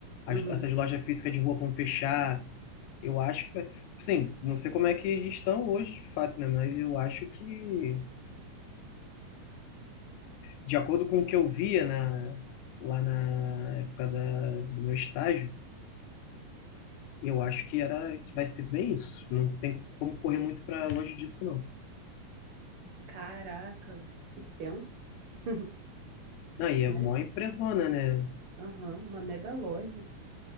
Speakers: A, on the left; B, on the right.
A: As-
B: Uhum.
A: essas lojas físicas de rua vão fechar. Eu acho que, vai- sim, não sei como é que eles estão hoje de fato, né? Mas eu acho que, de acordo com o que eu via na, lá na época da, do meu estágio, eu acho que era que vai ser bem isso. Não tem como correr muito para longe disso, não.
B: Caraca, que tenso. <laughs>
A: Não, e
B: Mas,
A: é mó empresona, né?
B: aham, uma mega loja.